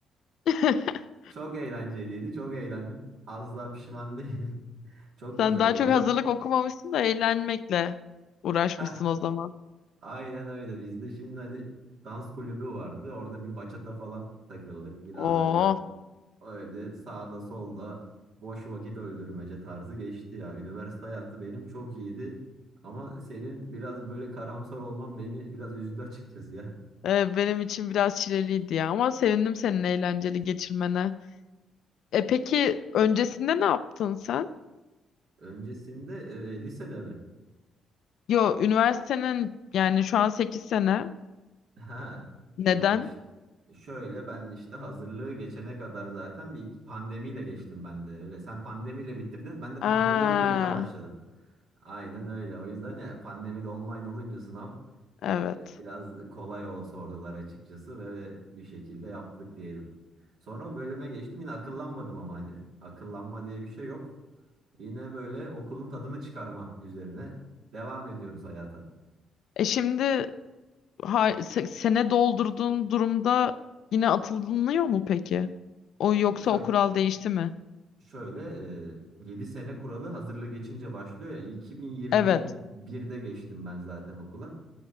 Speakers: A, on the left; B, on the right.
A: <laughs>
B: Çok eğlenceliydi. Çok eğlendim. Asla pişman değilim. <laughs> Çok
A: Sen
B: güzeldi.
A: daha çok
B: Bir
A: hazırlık
B: de
A: okumamışsın da eğlenmekle uğraşmışsın
B: Heh,
A: o zaman.
B: aynen öyle. Bizde şimdi hani dans kulübü vardı. Orada bir bachata falan takıldık. Biraz
A: Oo.
B: öyle o- öyle sağda solda boş vakit öldürmece tarzı geçti ya. Üniversite hayatı benim çok iyiydi. Ama senin biraz böyle karamsar olman beni biraz üzdü açıkçası ya.
A: Ee, benim için biraz çileliydi ya ama sevindim senin eğlenceli geçirmene. E peki öncesinde ne yaptın sen?
B: Öncesinde e, lisede mi?
A: Yo üniversitenin yani şu an 8 sene.
B: Ha,
A: Neden?
B: e, ş- şöyle ben işte hazırlığı geçene kadar zaten bir iki- pandemiyle geçtim ben de öyle. Sen pandemiyle bitirdin, ben de
A: Aa,
B: pandemiyle bölüme başladım. Aynen öyle. O yüzden ya pandemide online olunca sınav
A: evet.
B: e, biraz kolay o sordular açıkçası ve bir şekilde yaptık diyelim. Sonra o bölüme geçtim. Yine akıllanmadım ama hani akıllanma diye bir şey yok. Yine böyle okulun tadını çıkarma üzerine devam ediyoruz hayata.
A: E şimdi ha- se- sene doldurduğun durumda yine atılınıyor mu peki? O yoksa
B: E, şöyle
A: o kural değişti mi?
B: Şöyle e, 7 sene kuralı hazırlığı geçince başlıyor ya 2021'de
A: Evet.
B: geçtim ben zaten okula.